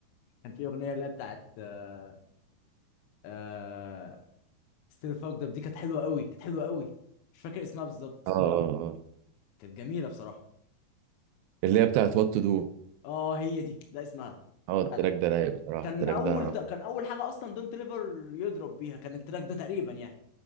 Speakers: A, on the left; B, on the right.
A: كان في اغنيه اللي هي بتاعت آه آه ستيل فاكد اب دي كانت حلوه قوي كانت حلوه قوي مش فاكر اسمها بالظبط
B: اه اه اه
A: كانت جميله بصراحه
B: اللي هي بتاعت وات تو دو
A: اه هي دي ده اسمها
B: اه التراك
A: فعلا
B: ده رايق بصراحه
A: كان
B: التراك
A: اول
B: ده
A: كان اول حاجه اصلا دونت ليفر يضرب بيها كان التراك ده تقريبا يعني